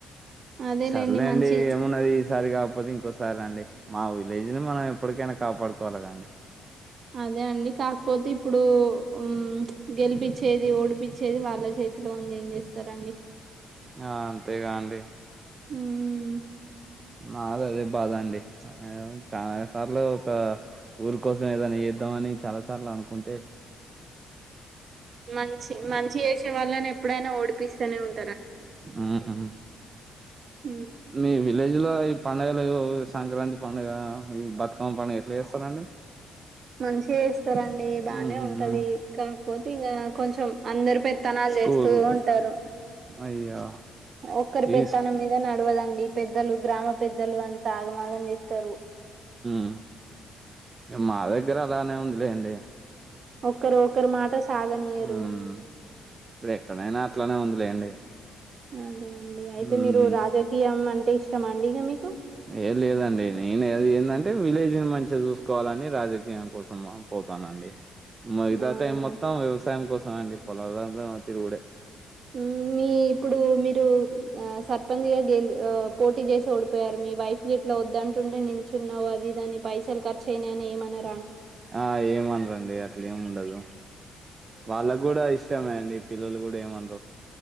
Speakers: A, on the right; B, on the right.
A: అదేలేండి
B: సర్ లెండి
A: మంచి
B: ఏమున్నది ఈసారిగాప్ పోతె ఇంకోసారండి మా విలేజ్ ని మనం ఎప్పడ్ కైనా కాపాడుకోవాలాగాండి
A: అదె అండి కాక్ పోత్ ఇప్పుడూ ఉమ్ గెలిపిచ్చేది ఓడిపిచ్చేది వాళ్ళ చేతిలో ఉంది ఏం చేస్తరండి
B: ఆ అంతేగా అండి
A: హ్మ్మ్
B: నాద్ అదె బాధా అండి చాల సార్లు ఒక ఊరు కోసం ఏదన్నా చేద్దామని చాలా సార్లు అన్ కుంటే
A: మంచి మంచి చేసే వాళ్ళని ఎప్పుడైనా ఓడిపిస్తనే ఉన్
B: ఉహుమ్
A: ఉమ్
B: మీ విలేజ్ లా ఈ పండగ లేవో ఉ సంక్రాంతి పండగ ఈ బతుకమ్మ పండగ ఎట్లా చేస్తారండి
A: మంచి ఎస్తారండి బానే
B: ఉమ్
A: ఉంటది కాకపోతే ఇంకా కొంచెం అందరు పెత్తనాల్
B: స్కూల్
A: చేస్తూ ఉంటారు
B: అయ్యో
A: ఒక్కరి
B: ఈ
A: పెత్తనం మీద నడవదండి పెద్దలు గ్రామ పెద్దలు అంతా ఆగమాగం చేతరు
B: మ్ మా దగ్గర అలానే ఉందిలేండి
A: ఒకరు ఒకరు మాట సాగనీయరు
B: ఉమ్ ఇప్పుడు ఎక్కడైనా అట్లానే ఉందిలేండి
A: అదే అండి అయితే
B: ఉమ్
A: మీరు రాజకీయం అంటే ఇష్టమా అంది ఇగ మీకు
B: ఏ లేదండి నేన్ అది ఏందంటే విలేజ్ ని మంచిగా చూసుకోవాలని రాజకీయం కోసం పోతానండి మహితత
A: అవునా
B: ఎం మొత్తం వ్యవసాయం కోసం అండి పొలాల్ దాంట్లో ఏమ తిరుగుడే
A: మ్ మీ ఇప్పుడు మీరు ఆ సర్పంచ్ గా గెలి పోటీ చేసి ఓడిపోయారు మీ వైఫ్ గి ఇట్లా వాడంటుంటే నిల్చున్నావు అది ఇది అని పైసల్ ఖర్చ్ అయినాయని ఏమన్నా
B: ఆ ఏమనరండి అట్లా ఏం ఉండదు వాళ్ళకు కూడా ఇష్టమే అండి పిల్లలు కూడా ఏమాన్రు